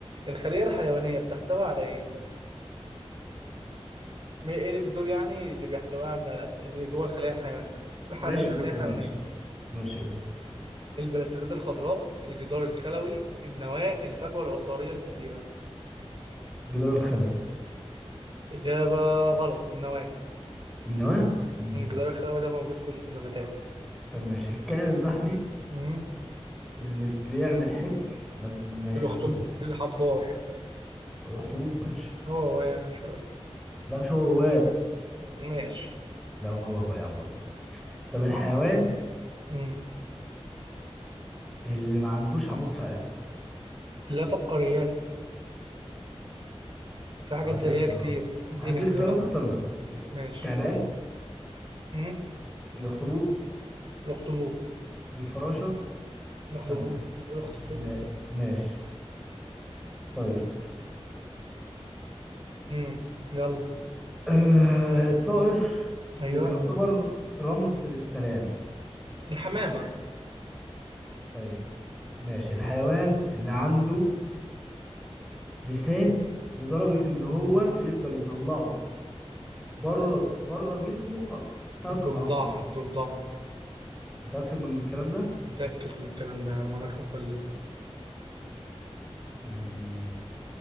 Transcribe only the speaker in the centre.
ماشي
قول كلام
أساس ماشي قول
الجدار الخلوي
النواة مم،
ماشي
طب ماشي الكائن البحري
اللي بيعمل حبر لما
يحس بالخوف
طب الاخطبوط ماشي
لا مش هو هو إيه؟
لا هو هو يا عم بص معاك طب الحيوان
اللي ما عندوش عمود فقري
طب هدي
اختيارات
هدي
اختيارات اختار منه التعبان
الاخطبوط
الفراشة السمكة
ما- ماشي طيب
آه الطائر
اللي بيعتبر رمز للسلام
طيب ماشي الحيوان اللي عنده لسان لدرجة إن هو يقدر يطلعه بره بره جسمه أ- تلات
أضعاف مثلا
متأكد من الكلام ده؟
مم.